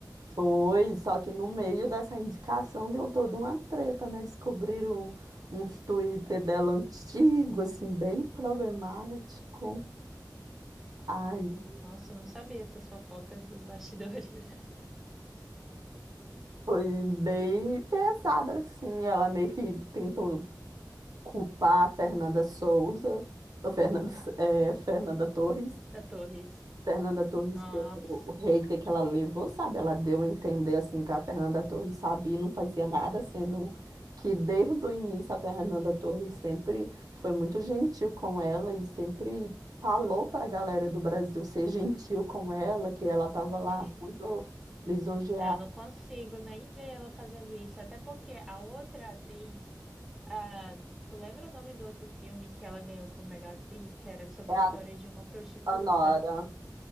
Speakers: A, on the right (about 60°); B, in the centre.
A: foi, só que no meio dessa indicação deu toda uma treta, né? Descobriram uns Twitter dela antigo, assim, bem problemático. Aí.
B: Hum, Nossa, eu não sabia essas fofocas dos bastidores <laughs>
A: Foi bem pesada, assim. Ela meio que tentou culpar a Fernanda Souza, ou Fernanda, é, Fernanda Torres.
B: da Torres.
A: Fernanda Torres,
B: Nossa,
A: pelo o hater que ela levou, sabe? Ela deu a entender, assim, que a Fernanda Torres sabia e não fazia nada, sendo que desde o início a Fernanda Torres sempre foi muito gentil com ela e sempre falou para a galera do Brasil ser gentil com ela, que ela estava lá
B: é.
A: muito lisonjeada.
B: É, eu não consigo nem ver ela fazendo isso, até porque a outra atriz. Ah, tu lembra o nome do outro filme que ela ganhou como melhor atriz, que era sobre
A: É
B: a história
A: a
B: de uma prostituta?
A: a Nora.